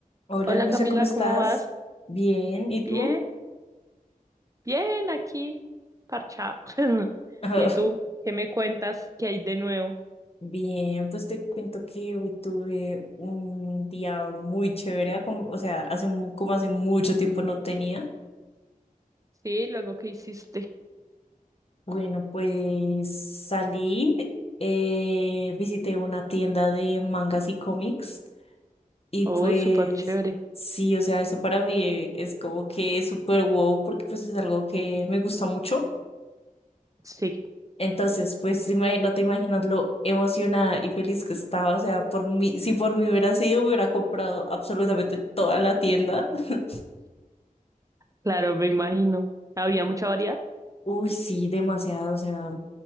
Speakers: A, on the left; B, on the right.
A: Hola
B: Hola
A: Luisa,
B: Camila,
A: ¿cómo estás?
B: ¿cómo vas?
A: Bien, ¿y tú?
B: Bien, bien, aquí, parchado. <laughs>
A: Ah,
B: ¿Y
A: <laughs>
B: tú? ¿Qué me cuentas que hay de nuevo?
A: Bien, pues te cuento que hoy tuve un día muy chévere, como- o sea, hace, mu- como hace mucho tiempo no tenía.
B: Sí, luego qué hiciste.
A: Bueno, pues salí, eh, visité una tienda de mangas y cómics y
B: Oh,
A: pues
B: súper chévere.
A: sí, o sea, eso para mí es como que súper wow porque pues es algo que me gusta mucho.
B: Sí,
A: Entonces, pues ima- no te imaginas lo emocionada y feliz que estaba. O sea, por mí, si por mí hubiera sido, me hubiera comprado absolutamente toda la tienda. <laughs>
B: claro, me imagino. ¿Había mucha variedad?
A: Uy, sí, demasiado. O sea,